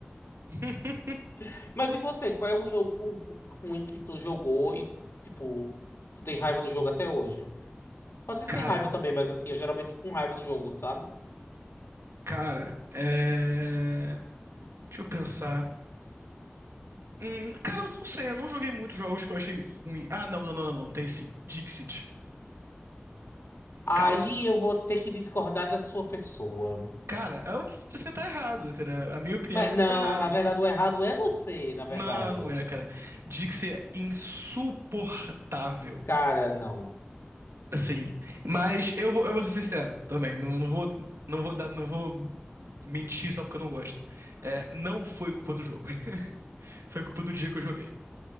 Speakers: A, on the right; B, on the left.
A: <laughs>
B: <laughs> Mas e você, qual é um jogo ruim que tu jogou e, tipo, tu tem raiva do jogo até hoje? Pode ser
A: Cara,
B: sem raiva também, mas assim, eu geralmente fico com raiva do jogo, sabe?
A: cara, é... Deixa eu pensar. Hum, cara, eu não sei, eu não joguei muitos jogos que eu achei ruim. Ah, não, não, não, não, não, tem sim. Dixit.
B: Aí
A: Cara,
B: eu vou ter que discordar da sua pessoa.
A: cara, eu- você tá errado, entendeu? É A minha opinião
B: Mas
A: é que
B: não,
A: você tá errado.
B: na verdade, o errado é você, na verdade.
A: Não, não é, cara. Dixit é insuportável.
B: Cara, não.
A: Sim, mas
B: Não.
A: eu vou, eu vou ser sincero também, não, não vou, não vou dar, não vou mentir só porque eu não gosto. É, não foi culpa do jogo, <laughs> foi culpa do dia que eu joguei.